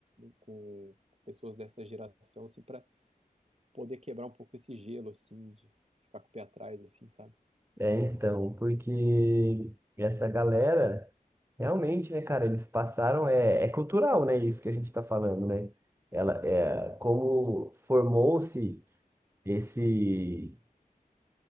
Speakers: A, on the right; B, on the right.
A: com pessoas dessa geração assim para poder quebrar um pouco esse gelo, assim, de ficar com o pé atrás, assim, sabe?
B: É, então, porque essa galera, realmente, né, cara, eles passaram. É, é cultural, né? Isso que a gente tá falando, né? Ela, é, como formou-se esse.